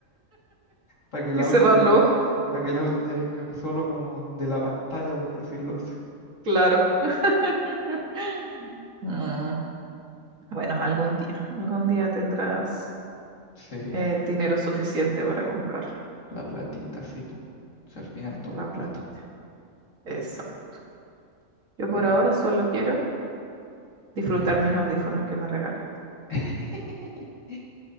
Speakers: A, on the left; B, on the right.
A: para que el
B: Y
A: audio
B: cerrar
A: te,
B: los
A: ve-
B: ojos,
A: para que el audio te venga solo como de la pantalla, por decirlo así.
B: claro. <laughs> Mm, bueno, algún día, algún día tendrás
A: Sí,
B: el dinero suficiente para comprarlo.
A: la platita, sí, po. Si al final todo es
B: La plata.
A: plata.
B: Exacto. Yo por
A: Pero,
B: ahora solo quiero disfrutar
A: ¿qué?
B: mis audífonos que me regalas.
A: <laughs>